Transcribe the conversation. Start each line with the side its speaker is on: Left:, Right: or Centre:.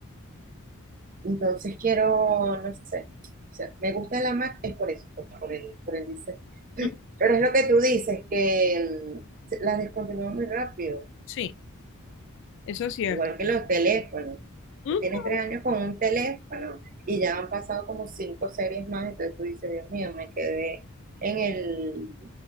Right: Entonces quiero, no sé, o sea, me gusta la Mac, es por eso, por, por el, por el diseño.
Left: Ujú,
Right: Pero es lo que tú dices, que mm, las descontinúan muy rápido.
Left: Sí, eso es cierto.
Right: Igual que los teléfonos.
Left: Ujú,
Right: Tú tienes tres años con un teléfono y ya han pasado como cinco series más, entonces tú dices, Dios mío, me quedé en el